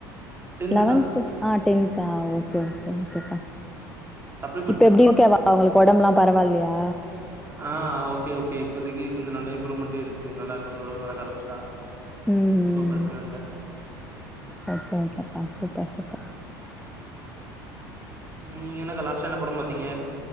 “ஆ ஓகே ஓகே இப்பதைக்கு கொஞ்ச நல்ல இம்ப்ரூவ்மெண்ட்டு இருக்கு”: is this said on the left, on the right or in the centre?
Right